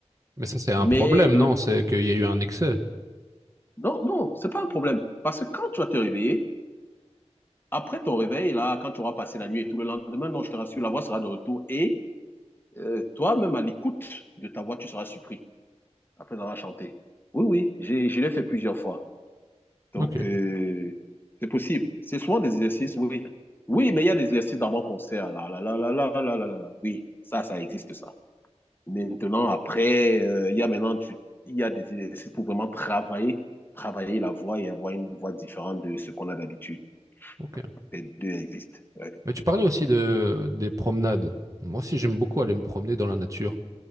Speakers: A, on the right; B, on the left.
A: Mais ça, c'est un
B: Mais
A: problème,
B: le...
A: non? C'est qu'il y a eu un excès.
B: non, non, c'est pas un problème. Parce que quand tu vas te réveiller, après ton réveil, là, quand tu auras passé la nuit et tout le lendemain, non, je te rassure, la voix sera de retour et euh, toi-même à l'écoute de ta voix, tu seras surpris après avoir chanté. Oui, oui, j'ai- je l'ai fait plusieurs fois. Donc,
A: Ok,
B: euh, c'est possible. C'est souvent des exercices, oui. Oui, mais il y a des exercices dans mon concert. Là, là, là, là, là, là, là, là, là. Oui, ça, ça existe, ça. Maintenant, après, euh, il y a maintenant du- il y a des exercices pour vraiment travailler, travailler la voix et avoir une voix différente de ce qu'on a d'habitude.
A: ok.
B: Les deux existent. Ouais.
A: Mais tu parlais aussi de, des promenades. Moi aussi, j'aime beaucoup aller me promener dans la nature.